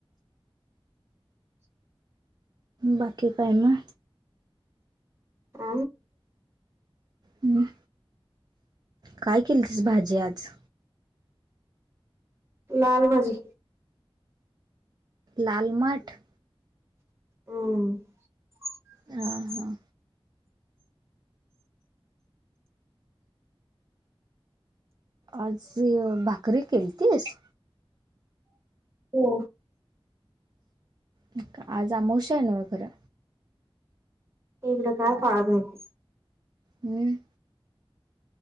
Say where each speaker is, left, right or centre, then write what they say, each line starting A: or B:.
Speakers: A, on the right; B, on the right.
A: बाकी कायमा.
B: अ.
A: हम् काय केलं तस भाजी आज.
B: लाल माजी.
A: लालमाठ.
B: हम्म.
A: हा हा. आज भाकरी केलतीस.
B: हो.
A: ठी आज आमवश आहे नव्या घरं.
B: एकगड काय फळतयच.
A: हम्म.